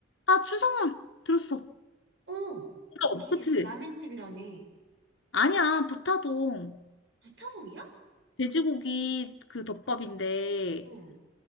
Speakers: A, on the left (about 70°); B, on the right (about 65°).
A: 아, 추성훈 들었어.
B: 어,
A: 들어,
B: 거기
A: 그치?
B: 라멘집이라며.
A: 아니야, 부타동
B: 부타동이야?
A: 돼지고기 그 덮밥인데.
B: 응.